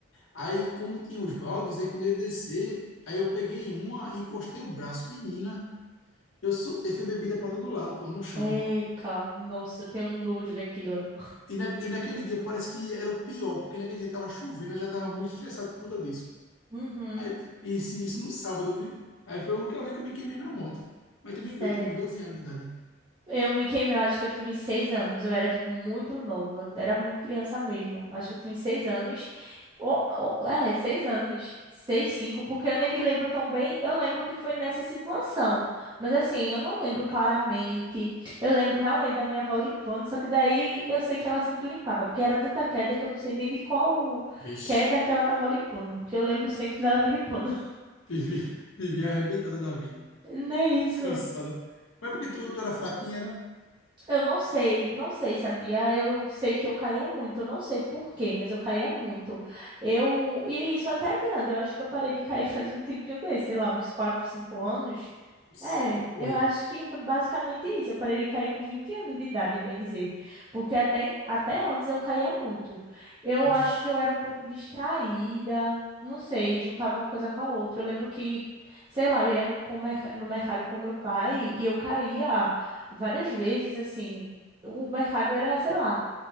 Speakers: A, on the left; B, on the right.
A: Aí, como tinha os baldes, aí quando eu ia descer, aí eu peguei uma, encostei o braço, menina, eu soltei, foi bebida para todo lado, pô, no chão.
B: Eca, nossa, eu tenho nojo daquilo.
A: E, na, e naquele dia parece que era o pior, porque naquele dia tava chovendo, eu já tava muito estressado por conta disso.
B: Uhum.
A: Aí, tipo, isso, isso no sábado, vi. Aí foi a única vez que eu me queimei na moto. Mas também o quê?
B: Sério.
A: Eu tinha uns doze anos de idade.
B: Eu me queimei, eu acho que eu tinha uns seis anos. Eu era, tipo, muito novo. Eu era muito criança mesmo. Acho que eu tinha uns seis anos. Ou, ou- é, seis anos. Seis, cinco, porque eu nem me lembro tão bem. Eu lembro que foi nessa situação. Mas, assim, eu não lembro claramente. Eu lembro realmente da minha avó limpando, só que daí eu sei que ela sempre limpava, porque era tanta queda que eu não sei nem de qual
A: Vixe,
B: queda que ela tava limpando, porque eu lembro sempre dela me limpando. <laughs>
A: vivi, <laughs> vivi arrebentada da vida.
B: Não é isso.
A: Cansada. Mas porque tu, tu era fraquinha, era
B: Eu não sei, não sei, sabia? Eu sei que eu caía muito, eu não sei por quê, mas eu caía muito. Eu, e é isso até é grande, eu acho que eu parei de cair <laughs> faz um tempinho desse, sei lá, uns 4, 5 anos.
A: misericórdia.
B: É, eu acho que b- basicamente isso, eu parei de cair com 20 anos de idade, bem dizer, porque até, em- até antes eu caía muito. Eu acho
A: Oxe.
B: que eu era um pouco distraída, não sei, juntava uma coisa com a outra. Eu lembro que, sei lá, eu ia no, com merca- no mercado com meu pai e eu caía várias vezes, assim. O mercado era, sei lá,